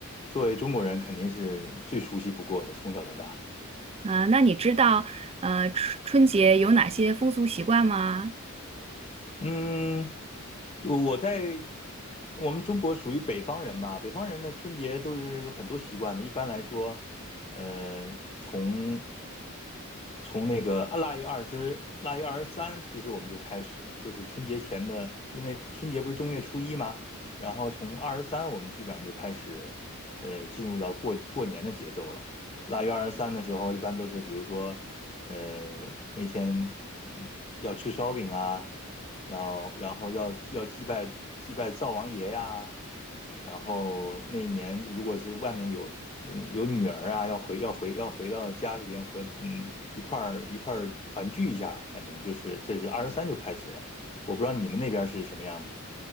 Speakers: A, on the left; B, on the right.
A: 作为中国人肯定是最熟悉不过的，从小到大。
B: 呃，那你知道，呃，春春节有哪些风俗习惯吗？
A: 嗯，就我在我们中国属于北方人嘛，北方人的春节都是有很多习惯的。一般来说，呃，从从那个腊月二十、腊月二十三，其实我们就开始了，就是春节前的，因为春节不是正月初一嘛，然后从二十三我们基本上就开始，呃，进入到过过年的节奏了。腊月二十三的时候，一般都是比如说，呃，那天嗯要吃烧饼啊。然后然后要要祭拜祭拜灶王爷呀，然后那一年如果是外面有嗯有女儿啊，要回要回要回到家里边和嗯一块儿一块儿团聚一下，反正就是这是二十三就开始了，我不知道你们那边是什么样子。